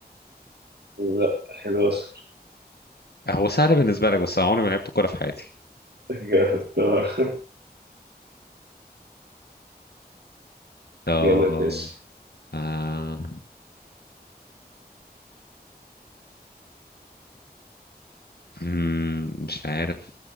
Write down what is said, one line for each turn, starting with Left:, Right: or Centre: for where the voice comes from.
Right: لا 11
Left: هو سهل بالنسبه لك بس أنا عمري ما لعبت كوره في حياتي
Right: جامد <laughs> طبعا
Left: طب
Right: يلا يا باشا
Left: آه مم، مش عارف